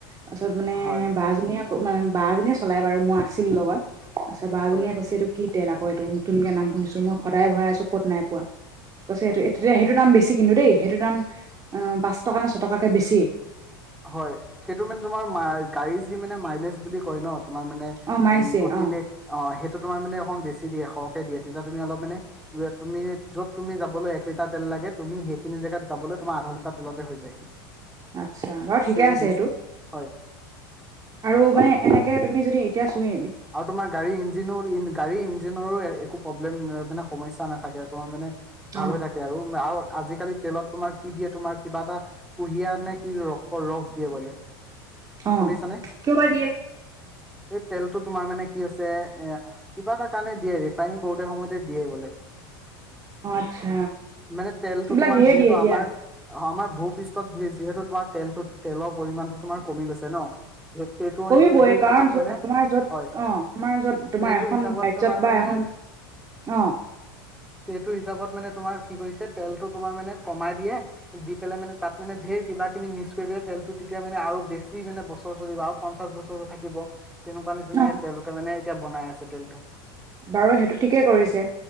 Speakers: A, on the right (about 30°); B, in the centre.
A: তাৰপিছত মানে
B: হয়
A: বাজনীয়ে মানে বাজনীয়ে চলাই বাৰু মই আছিলো লগত আচ্ছা বা বাজনীয়ে
B: হয়
A: কৈছে এইটো কি তেল আকৌ এইটো নতুনকে নাম শুনিছো মই সদায় ভৰাই আছো ক'ত নাই পোৱা। কৈছে
B: হয়
A: সেইটো তেতিয়া সেইটো দাম বেছি কিন্তু দেই সেইটো দাম অ পাঁচ টকা নে ছয় টকাকে বেছি
B: হয় সেইটো মানে তোমাৰ মা গাড়ী যি মানে মাইলেজ বুলি কয় ন তোমাৰ মানে
A: অ' মাইলছ
B: এ
A: দিয়ে
B: গতিবেগ
A: অ'
B: অ সেইটো তোমাৰ মানে অকণ বেছি দিয়ে সৰহকে দিয়ে তেতিয়া তুমি অলপ মানে তুমি য'ত তুমি যাবলৈ এক লিটাৰ তেল লাগে তুমি সেইখিনি জেগাত যাবলৈ তোমাৰ আধা লিটাৰ তেলতে হৈ যায়
A: আচ্ছা বাৰু ঠিকে
B: চেম
A: আছে
B: ডিচ
A: সেইটো
B: হয়
A: আৰু
B: কোৱা
A: মানে এনেকে তুমি যদি এতিয়া চুমি
B: আৰু তোমাৰ গাড়ী ই ইঞ্জিনো গাড়ী ইঞ্জিনৰ একো প্ৰব্লেম মানে সমস্যা নাথাকে তোমাৰ মানে ভাল
A: অ'
B: হৈ থাকে থাকে আৰু আৰু আজিকালি তেলত তোমাৰ কি দিয়ে তোমাৰ কিবা এটা কুঁহিয়া নে কি ৰসৰ ৰস দিয়ে বোলে
A: অ'
B: শুনিছানে
A: কিয় বা দিয়ে
B: এই তেল ত তোমাৰ মানে কি হৈছে এ কিবা এটা কাৰণে দিয়ে ৰিফাইনি কৰোতে সময়তে দিয়ে বোলে
A: অ' আচ্ছা
B: মানে তেলটো
A: এইবিলাক
B: তোমাৰ
A: ধেৰ
B: যিহেতু
A: দিয়ে
B: আমাৰ
A: দিয়া।
B: অ আমাৰ ভূপৃষ্ঠত যিহেতু তোমাৰ তেলটো তেলৰ পৰিমাণটো তোমাৰ কমি গৈছে ন সেইটো
A: কমিবই
B: সেইটো হিচাপত
A: কাৰণ
B: মানে
A: তোমাৰ অ তোমাৰ
B: হয়
A: যত তোমাৰ
B: সেইটো
A: এখন
B: হিচাপত
A: ৰাজ্যত
B: তোমাৰ
A: বা
B: মানে
A: এখন অ
B: সেইটো হিচাপত মানে তোমাৰ কি কৰিছে তেলটো তোমাৰ মানে কমাই দিয়ে দি পেলাই মানে তাত মানে ঢেৰ কিবাকিবি মিক্স কৰি পেলাই তেলটো তেতিয়া মানে আৰু বেছি মানে বছৰ চলিব আও পঞ্চাছ বছৰ থাকিব তেনেকুৱা নিচিনাই
A: অ
B: সেই তেওঁলোকে মানে এতিয়া বনাই আছে তেলটো
A: বাৰু সেইটো ঠিকেই কৰিছে